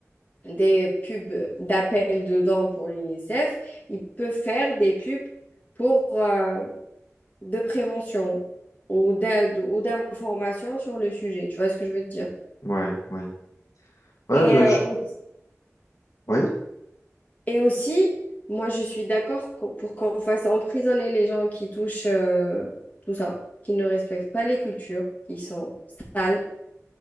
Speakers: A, on the left (about 30°); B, on the left (about 75°).
A: des pubs d'appel dedans pour l'UNICEF, il peut faire des pubs pour euh, de prévention ou d'aide ou d'information sur le sujet. Tu vois ce que je veux dire?
B: Ouais, oui. Ouais,
A: Et,
B: je,
A: euh,
B: je-
A: aussi-
B: oui.
A: et aussi, moi, je suis d'accord qu'on- pour qu'on fasse emprisonner les gens qui touchent euh, tout ça, qui ne respectent pas les cultures, qui sont sales,